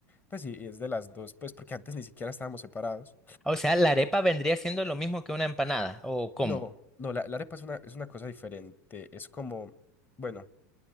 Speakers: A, on the left; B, in the centre.
A: Pues sí, y es de las dos, pues porque antes ni siquiera estábamos separados.
B: O sea, la arepa vendría siendo lo mismo que una empanada, ¿o cómo?
A: No, no, la, la arepa es una, es una cosa diferente. Es como, bueno,